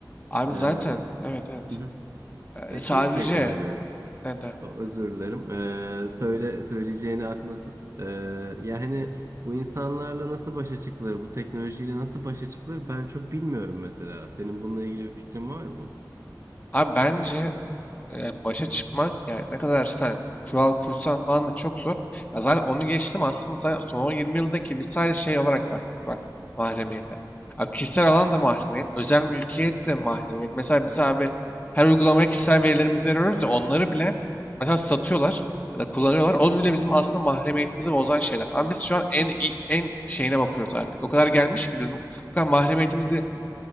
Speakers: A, on the left (about 20°); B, on the right (about 45°).
A: Abi
B: E, hı
A: zaten evet evet.
B: hı.
A: Ee,
B: E,
A: sadece
B: şey diyecektim hani
A: neden?
B: o- özür dilerim. Ee, söyle söyleyeceğini akla tut. Ee, ya hani bu insanlarla nasıl başa çıkılır? Bu teknolojiyle nasıl başa çıkılır? Ben çok bilmiyorum mesela. Senin bununla ilgili bir fikrin var mı?
A: Abi bence e, başa çıkmak yani ne kadar sen kural kursan falan da çok zor. Ya zaten onu geçtim aslında sen son 10 20 yıldaki biz sadece şey olarak baktık bak mahremiyete. Ya kişisel alan da mahremiyet, özel mülkiyet de mahremiyet. Mesela biz abi her uygulamaya kişisel verilerimizi veriyoruz ya onları bile mesela satıyorlar ya da kullanıyorlar. O bile bizim aslında mahremiyetimizi bozan şeyler. Ama biz şu an en en şeyine bakıyoruz artık. O kadar gelmiş ki bizim o kadar mahremiyetimizi